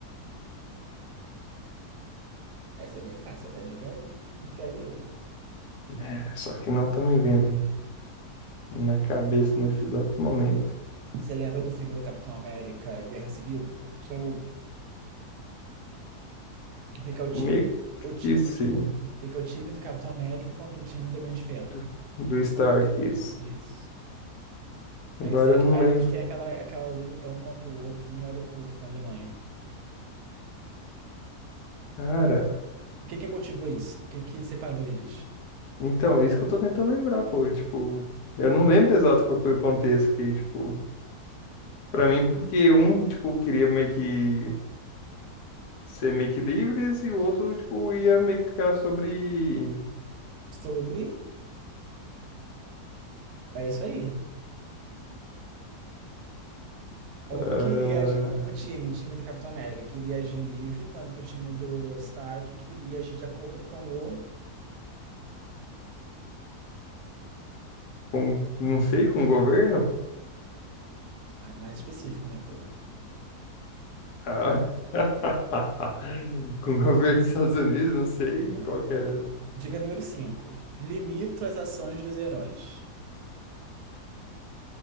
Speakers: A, on the right (about 75°); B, on the left (about 75°).
A: Essa é bem fácil. Essa dica entrega o jogo.
B: É, só que não tá me vindo na cabeça nesse exato momento.
A: Você lembra do filme do Capitão América, Guerra Civil? Sim. Que Fica o time,
B: Meio
A: o time,
B: que sim,
A: o ti- fica o time do Capitão América contra o time do Homem de Ferro.
B: do, do Stark isso.
A: Isso.
B: Agora
A: Aí eles têm,
B: eu
A: aqu-
B: não
A: aí
B: lembro.
A: eles têm aquela, aquela luta um contra o outro no aeroporto na Alemanha.
B: Cara,
A: O que que motivou isso? O que que separou eles?
B: então, é isso que eu tô tentando lembrar, pô. Tipo, eu não lembro exato qual foi o contexto que, tipo, pra mim, porque um, tipo, queria meio que ser meio que livres e o outro, tipo, ia meio que ficar sobre.
A: Sobre. É isso aí. Um
B: Ah,
A: queria. agi- Um, um time, o time do Capitão América, queria agir livre, quando que o time do Stark queria agir de acordo com o.
B: com, não sei, com o governo?
A: Ah, mais específico, né, porra?
B: Ah, <laughs> com o governo dos Estados Unidos, não sei
A: Não.
B: qual que era.
A: Dica número 5. Limito as ações dos heróis.